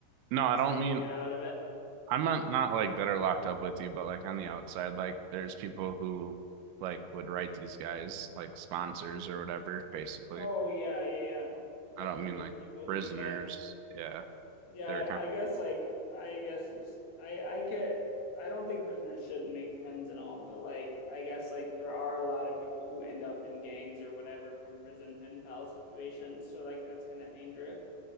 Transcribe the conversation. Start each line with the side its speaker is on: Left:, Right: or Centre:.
Right: No, I
Left: is
Right: don't
Left: how you
Right: mean
Left: get out of it.
Right: I'm not not like that are locked up with you, but like on the outside, like there's people who like would write these guys like sponsors or whatever, basically.
Left: Oh yeah, yeah, yeah. Definitely
Right: I don't mean
Left: good
Right: like
Left: people who
Right: prisoners.
Left: do that.
Right: Yeah.
Left: Yeah,
Right: They're
Left: I,
Right: kind
Left: I guess like I guess is I I get I don't think prisoners shouldn't make friends and all, but like I guess like there are a lot of people who end up in gangs or whatever from prison pen pal situations, so like that's kind of dangerous.